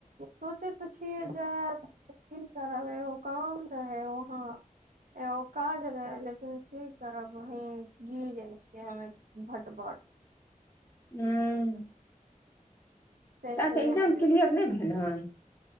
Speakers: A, on the right; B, on the left.
A: सोचै त छिय जाब की करब एगो काम रहै वहाँ एगो काज रहै लेकिन की करब वही गिर जाइ छियै हमे भट भट
B: हूँ
A: से
B: तँ
A: से
B: त
A: नहि
B: एग्जाम
A: जाइ
B: क्लियर नै भेल हँ